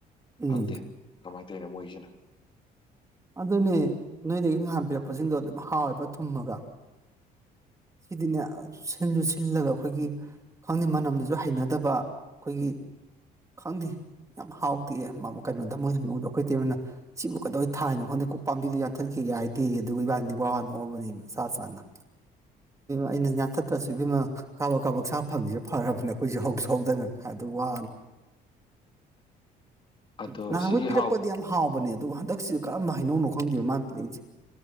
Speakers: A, on the right; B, on the left.
A: ꯎꯝ
B: ꯈꯪꯗꯦ ꯀꯃꯥꯏꯅ ꯇꯧꯔꯤꯅꯣ ꯃꯣꯏꯖꯤꯅ
A: ꯑꯗꯨꯅꯦ ꯅꯣꯏꯗꯒꯤ ꯉꯍꯥꯟ ꯄꯤꯔꯛꯄꯁꯤꯡꯗꯣ ꯑꯗꯨꯝ ꯍꯥꯎꯋꯦꯕ ꯊꯨꯝꯃꯒ ꯁꯤꯗꯤꯅꯦ ꯁꯤꯟꯁꯨ ꯁꯤꯜꯂꯒ ꯑꯩꯈꯣꯏꯒꯤ ꯈꯪꯗꯦ ꯃꯅꯝꯗꯨꯁꯨ ꯍꯩꯅꯗꯕ ꯑꯩꯈꯣꯏꯒꯤ ꯈꯪꯗꯦ ꯌꯥꯝ ꯍꯥꯎꯇꯦ ꯀꯩꯅꯣꯗ ꯃꯣꯏ ꯍꯩꯅꯧꯗꯣ ꯑꯩꯈꯣꯏ ꯏꯇꯩꯃꯅ ꯁꯤꯕꯨ ꯀꯩꯗꯧ ꯊꯥꯏꯅꯣ ꯈꯪꯗꯦ ꯄꯥꯝꯕꯤꯗꯨꯣ ꯌꯥꯟꯊꯠꯈꯤꯒꯦ ꯍꯥꯏꯗꯦ ꯑꯗꯨꯒ ꯏꯕꯥꯅꯤ ꯋꯥ ꯋꯥ ꯅꯣꯛꯑꯕꯅꯦꯃꯤ ꯆꯥ ꯆꯥꯅ ꯑꯩꯅ ꯌꯥꯟꯊꯠꯇ꯭ꯔꯁꯨ ꯏꯕꯦꯝꯃ ꯀꯥꯕꯛ ꯀꯥꯕꯛ ꯁꯥ ꯐꯪꯉꯤꯁꯦ ꯐꯔꯕꯅꯤ ꯑꯩꯈꯣꯏꯖꯨ ꯍꯧꯖꯨ ꯍꯧꯗꯅ ꯍꯥꯏꯕ
B: ꯑꯗꯣ
A: <unintelligible> ꯅꯍꯥꯟꯈꯩ
B: ꯁꯤꯒꯤ
A: ꯄꯤꯔꯛꯄꯗꯤ
B: ꯍꯥꯎ
A: ꯌꯥꯝ ꯍꯥꯎꯕꯅꯦ ꯑꯗꯨꯒ ꯍꯟꯗꯛ ꯁꯤꯅ ꯀꯔꯝꯕ ꯍꯩꯅꯧꯅꯣ ꯈꯪꯗꯦꯕ ꯃꯥꯅ ꯄꯤꯔꯛ ꯏꯁꯦ